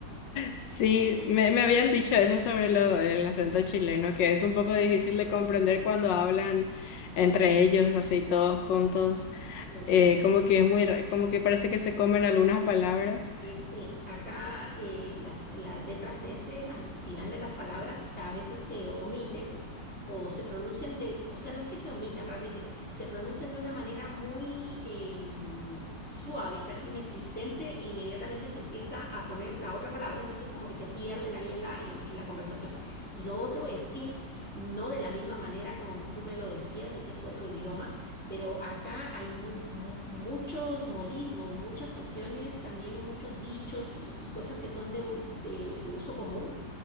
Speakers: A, on the left; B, in the centre.
A: Sí, me, me habían dicho eso sobre lo- el acento chileno, que es un poco difícil de comprender cuando hablan entre ellos, así todos juntos,
B: ¿sí?
A: eh, como que es muy, ra- como que parece que se comen algunas palabras.
B: Eh, sí, acá eh, las, las letras S al final de las palabras a veces se omiten o se pronuncian de, o sea, no es que se omitan realmente, se pronuncian de una manera muy eh, mm, suave, casi inexistente, e inmediatamente se empieza a poner la otra palabra, entonces como que se pierden ahí en la, en, en la conversación. Y lo otro es que no de la misma manera como tú me lo decías, de que es otro idioma pero acá hay mu- mu- muchos modismos, muchas cuestiones, también muchos dichos y, y cosas que son de, u- de- de uso común,